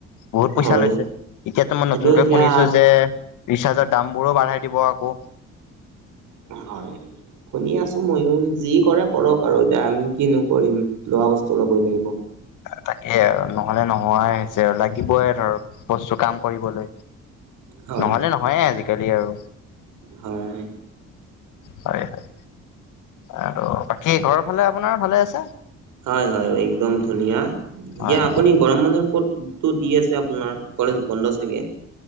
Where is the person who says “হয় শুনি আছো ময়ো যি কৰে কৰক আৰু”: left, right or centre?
Right